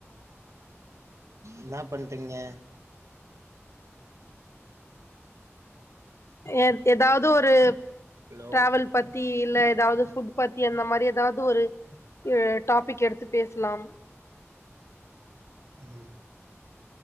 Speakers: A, on the right; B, on the left.
A: என்னா பண்றீங்க
B: ஏத் எதாவது ஒரு
A: ஹலோ
B: டிராவல் பத்தி இல்ல ஏதாவது ஃபுட் பத்தி அந்த மாதிரி ஏதாவ்து ஒரு டாபிக் எடுத்து பேஷ்லாம்
A: ம்